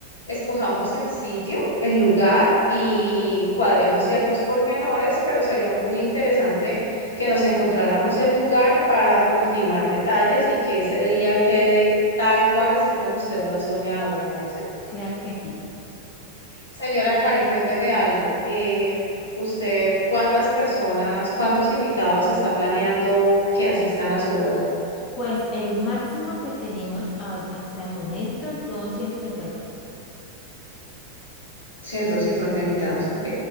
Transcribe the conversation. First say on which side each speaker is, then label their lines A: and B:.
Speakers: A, on the left; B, on the left.
A: escojamos el sitio, el lugar y cuadremos ciertos pormenores, pero sería muy interesante que nos encontráramos el lugar para ultimar detalles y que ese día quede tal cual, así como usted lo ha soñado, ¿le parece?
B: Claro que sí.
A: Señora Karen, cuénteme algo. Eh, ¿usted cuántas personas, cuántos invitados está planeando que asistan a su boda?
B: Pues el máximo que tenemos ahori- hasta el momento son 150.
A: 150 invitados. ok.